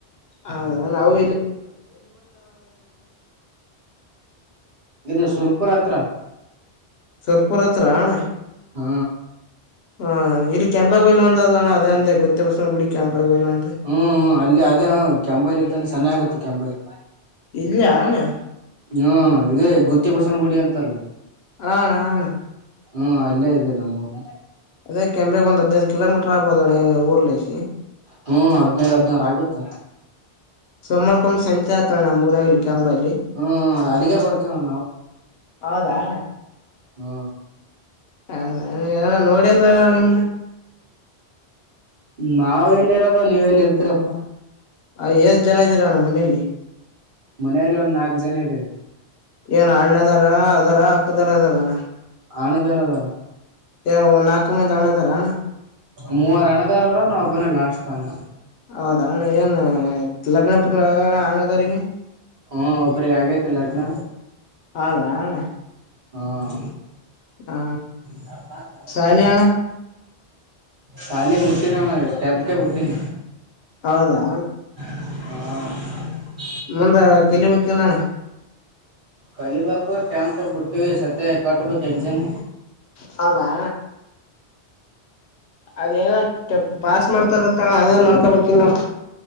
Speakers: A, on the left; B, on the right.
A: ಹೌದ ಅಣ್ಣ
B: ಇದು ಸುರಪುರ ಅತ್ರ
A: ಸುರಪುರ ಅತ್ರ ಆ ಅಣ್ಣ
B: ಹ್ಮ
A: ಹಾ ಇಲ್ಲಿ ಕೆಂಬಾಯಿ ಬಲ್ಲಿ ಒಂದು ಅದ ಅಣ್ಣ ಅದೇ ಅಂದ್ಯ ಗುತ್ತಿ ಬಸವಣ್ಣ ನಾ ಗುಡಿ ಕೆಂಪ ಬೈಲು ಅಂದ
B: ಹೂ ಹೂ ಅಲ್ಲಿ ಅದೇ ಕೆಂಭಾವಿ ಲಿತ್ತಾನೆ ಸನೆ ಆಗುತ್ತಾ ಕೆಂಭಾವಿ
A: ಇಲ್ಲ್ಯಾ ಅಣ್ಣ
B: ಹ್ಮ ಇದೇ ಗುತ್ತಿ ಪಸಣ ಗುಡಿ ಅಂತಾರಲ್ಲ
A: ಹಾ ಅಣ್ಣ ಹಾ ಅಣ್ಣ
B: ಹ್ಮ್ ಅಲ್ಲೇ ಇದೆ ನಮ್ಮೂರಿ
A: ಅದೇ ಕೆಂಪೆಗೆಗ ಒಂದ್ ಹದ್ೈದ್ ಕಿಲೋಮೀಟರ್ ಆಬೋದಣೆ ಊರ್ಲಸಿ
B: ಹ್ಮ್ ಹದ್ನೈದ ಹದ್ನಾರ ಆಗುತ್ತ
A: ಸಮರ್ಪಂ ಸಂಚಾತ್ರಣ ಮರೈಲ್ ಚಂಬಲ್ಲಿಿ
B: ಹ್ಮ್ ಅಲ್ಲಿಗೆ ಬರ್ತೇವಣ
A: ಹೌದಣ
B: ಹ್ಮ
A: ಹಣ ನೋಡಲ್ಲ ನಿಮ್ದ
B: ನಾವ ಎಲ್ಲಿ ಇರದ ನೀವ ಎಲ್ಲಿ ಇರ್ತೀರಪ್ಪಾ
A: ಆ ಎಷ್ಟ್ ಜನ ಇದ್ದೀರಣ್ಣ ಮನಲಿ
B: ಮನೇಲಿ ಒಂದ್ ನಾಕ್ ಜನ ಇದವೆ
A: ಏನ ಅಣ್ಣದಾರ ಅದಾರ ಅಕ್ಕದಾರ ಅದಾರ ಅಣ್
B: ಆನದರ ತರ
A: ಏ ನಾಲ್ಕು ಮಂದಿ ಅಣದಾರ ಅಣ್ಣ
B: ಮೂವರ್ ಹಣದಾರರ ನಾವಬನೆ ಲಾಸ್ಟ್ ತಂಗ
A: ಹೌದ ಹಣ್ಣ ಏನ್ ಲಗ್ನ ಪಣ ಹಣದಾರಿಗೆ
B: ಹ್ಮ ಒಬ್ರಿಗೆ ಆಗೈತಿಲ್ಲ ಲಗ್ನ
A: ಹೌದಾ ಅಣ್ಣ
B: ಹ
A: ಹಾ
B: ಸರ್ತಾಲ
A: ಶಾಲಿ
B: ಕುಡ
A: ಅಣ್ಣ
B: ತಾಲಿ ಬುಟ್ಟಿನ ಟಂ ಬುಟ್ಟಿನ
A: ಹೌದಾ
B: ಹಾ
A: ಮುಂದ ಕಲಿಬೇಕ ಎಲ್ಲಣ
B: ಕಲಿಬೇಕು ಟೆಂತ್ ಬಿಟ್ಟೀವಿ ಸತ್ಯ ಕಟ್ಬೇಕು ಎಕ್ಸಾಮ್
A: ಹೌದಾ ಅದೇನ ಕೆ ಪಾಸ್ ಮಾಡ್ತಾರತ್ತ ಅದೇನ್ ಮಾಡ್ಕೊಬೇಕಿಲ್ಲ